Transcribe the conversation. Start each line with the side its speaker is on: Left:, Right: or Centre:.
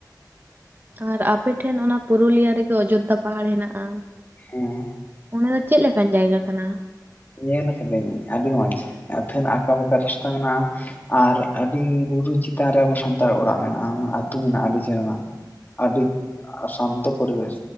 Right: ᱟᱨ ᱟᱯᱮᱴᱷᱮᱱ ᱚᱱᱟ ᱯᱩᱨᱩᱞᱤᱭᱟ ᱨᱮᱜᱮ ᱚᱡᱳᱫᱽᱫᱷᱟ ᱯᱟᱦᱟᱲ ᱦᱮᱱᱟᱜᱼᱟ᱾
Left: ᱦᱮᱸ᱾
Right: ᱚᱸᱰᱮ ᱫᱚ ᱪᱮᱫ ᱞᱮᱠᱟᱱ ᱡᱟᱭᱜᱟ ᱠᱟᱱᱟ?
Left: ᱧᱮᱞ ᱠᱟᱹᱫᱟᱹᱧ ᱟᱹᱰᱤ ᱢᱚᱸᱡᱽ, ᱟᱹᱛᱷᱟᱹᱱ ᱟᱸᱠᱟ ᱵᱟᱠᱟ ᱨᱟᱥᱛᱟ ᱢᱮᱱᱟᱜᱼᱟ᱾ ᱟᱨ ᱟᱹᱰᱤ ᱵᱩᱨᱩ ᱪᱮᱛᱟᱱ ᱨᱮ ᱟᱵᱚ ᱥᱟᱱᱛᱟᱲ ᱚᱲᱟᱜ ᱢᱮᱱᱟᱜᱼᱟ᱾ ᱟᱹᱛᱩ ᱢᱮᱱᱟᱜᱼᱟ ᱟᱹᱰᱤ ᱪᱮᱦᱨᱟᱱᱟᱜ ᱾ ᱟᱹᱰᱤ ᱥᱟᱱᱛᱚ ᱯᱚᱨᱤᱵᱮᱥ᱾